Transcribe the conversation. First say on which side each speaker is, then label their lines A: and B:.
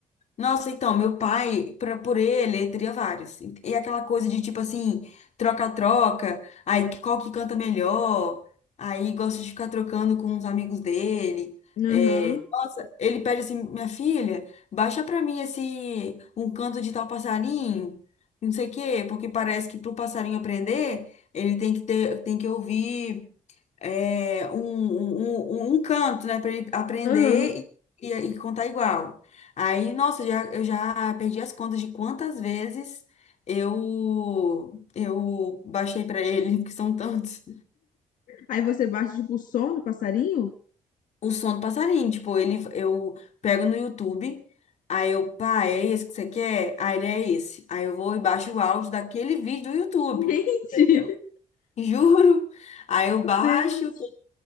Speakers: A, on the left; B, on the left.
A: Nossa, então, meu pai, pra, por ele, teria vários. E e aquela coisa de, tipo assim, troca-troca, aí que- qual que canta melhor, aí gosta de ficar trocando com os amigos dele.
B: Aham.
A: É, nossa, ele pede assim, minha filha, baixa pra mim esse, um canto de tal passarinho, não sei o quê, porque parece que pro passarinho aprender, ele tem que ter, tem que ouvir é, um, um, um, um canto, né, para ele aprender
B: Aham.
A: e, e, e contar igual. Aí, nossa, já, eu já perdi as contas de quantas vezes eu eu baixei para ele, <laughs> que são tantos.
B: Aí você bate, tipo, o som do passarinho?
A: O som do passarinho, tipo, ele eu pego no YouTube, aí eu, pá, é esse que você quer? Aí ele é esse. Aí eu vou e baixo o áudio daquele vídeo do YouTube.
B: Gente,
A: entendeu?
B: <laughs>
A: <laughs> Juro. Aí eu
B: meu
A: baixo,
B: Deus.